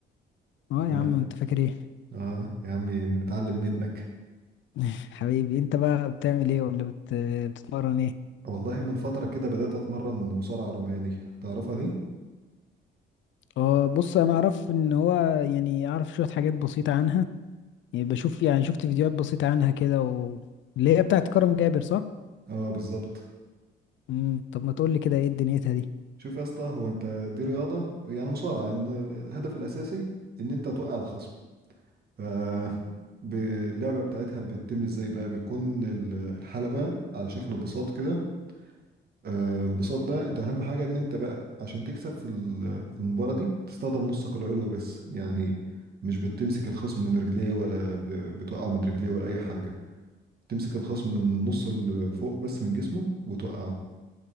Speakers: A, on the left (about 70°); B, on the right (about 50°).
A: اه يا
B: اه
A: عم انت فاكر ايه
B: آه، يا عمي نتعلم منك
A: <laughs> حبيبي انت بقى بتعمل ايه ولا بت... بتتمرن ايه
B: والله من فترة كده بدأت اتمرن مصارعة روماني تعرفها دي
A: اه بص انا اعرف ان هو يعني اعرف شويه حاجات بسيطه عنها يعني بشوف يعني شفت فيديوهات بسيطه عنها كده و... اللي هي بتاعت كرم جابر صح
B: اه بالظبط
A: امم طب ما تقول لي كده ايه دنيتها دي
B: شوف يا اسطى هو انت دي رياضة يعني مصارعة إن الهدف الاساسي ان انت توقع الخصم ف- ب- اللعبة بتاعتها بتتم ازاي بقى بيكون ال- الحلبة على شكل بساط كده آه، البساط ده انت اهم حاجه ان انت بقى عشان تكسب في ال- في المباراه دي تستخدم نصك العلوي بس يعني مش بتمسك الخصم من رجليه ولا بت- بتوقعه من رجليه ولا اي حاجه تمسك الخصم من نص اللي فوق بس من جسمه وتوقعه